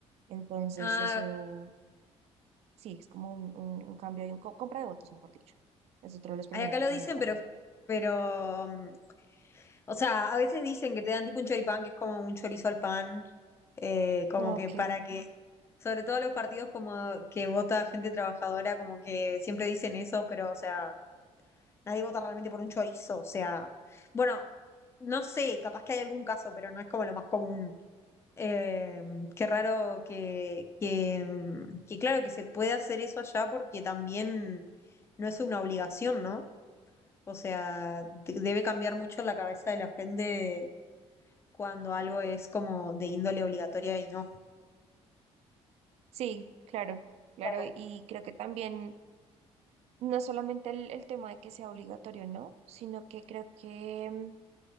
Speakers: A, on the right (about 65°); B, on the left (about 25°).
A: Entonces
B: Ah,
A: eso sí, es como un, un- un cambio y un co- compra de votos, mejor dicho. Es otro de los problemas
B: ay, acá
A: que
B: lo
A: también
B: dicen,
A: está
B: pero,
A: presente.
B: pero, mm, o sea, a veces dicen que te dan tipo un choripán, que es como un chorizo al pan, eh, como
A: Ok,
B: que para que, sobre todo los partidos como que vota gente trabajadora, como que siempre dicen eso, pero, o sea, nadie vota realmente por un chorizo, o sea, bueno, no sé, capaz que hay algún caso, pero no es como lo más común. Eh, qué raro que, que, mm, que, claro, que se puede hacer eso allá porque también no es una obligación, ¿no? O sea, de- debe cambiar mucho la cabeza de la gente cuando algo es como de índole obligatoria y no.
A: Sí, claro, claro.
B: Claro,
A: Y creo que también no solamente el, el tema de que sea obligatorio, ¿no? Sino que creo que, mm,